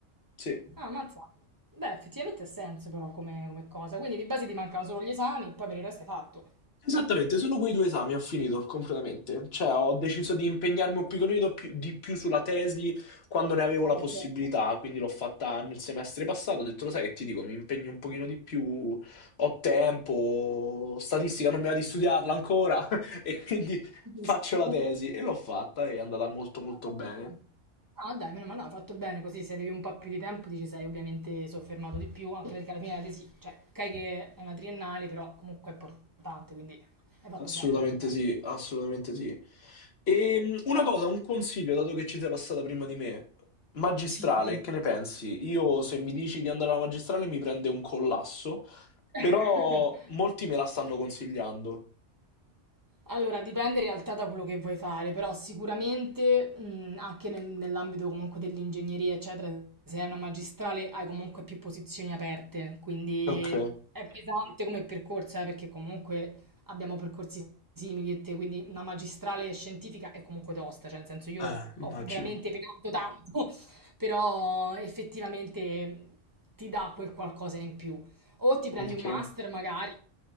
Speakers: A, on the left; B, on the right.
A: Sì.
B: Ah, mazza. Beh, effettivamente ha senso però come, come cosa. Quindi di base ti mancano solo gli esami, poi per il resto è fatto.
A: Esattamente, solo quei due esami ho finito completamente, cioè ho deciso di impegnarmi un piccolino più- di più sulla tesi quando ne avevo
B: Vabbè,
A: la possibilità,
B: certo,
A: quindi l'ho fatta nel semestre passato, ho detto lo sai che ti dico, mi impegno un pochino di più, ho tempo, statistica non mi va di studiarla ancora <laughs> e quindi
B: capisco.
A: faccio la
B: <laughs>
A: tesi e l'ho fatta e è andata molto molto
B: Ah, fatto
A: bene.
B: bene. No, dai, meno male, no, hai fatto bene così, se avevi un po' più di tempo ti ci sei ovviamente soffermato di più, anche perché alla fine la tesi, cioè, ok che è una triennale, però comunque è importante, quindi hai fatto
A: Assolutamente
B: bene, hai fatto bene.
A: sì, assolutamente sì. E una cosa, un consiglio, dato che ci sei passata prima di me, magistrale,
B: Sì. Dimmi.
A: che ne pensi? Io se mi dici di andare alla magistrale mi prende un collasso, però
B: <laughs>
A: molti me la stanno consigliando.
B: Allora, dipende in realtà da quello che vuoi fare, però sicuramente mh, anche nel- nell'ambito comunque dell'ingegneria, eccetera, se hai una magistrale hai comunque più posizioni aperte, quindi
A: Ok,
B: è pesante come percorso, eh, perché comunque abbiamo percorsi simili e te, quindi una magistrale scientifica è comunque tosta, cioè nel senso io
A: eh,
B: ho,
A: immagino.
B: ho veramente penato tanto, <laughs> però effettivamente ti dà quel qualcosa in più. O ti prendi
A: Ok.
B: un master magari,